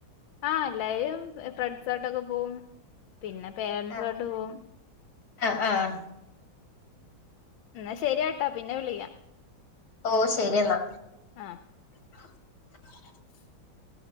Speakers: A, on the left (about 75°); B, on the left (about 50°).
A: ആ എല്ലായരും ഫ്രഡ്സാർട്ടൊക്കെ പോകവും പിന്നെ പേരൻസായ്ട്ട്
B: ആഹ്
A: പോവും
B: ആഹ് ആഹ്
A: ന്നാ ശരിയെട്ടാ പിന്നെ വിളിക്കാ
B: ഓഹ് ശരിയെന്നാ
A: ആഹ്
B: <inaudible>
A: <inaudible>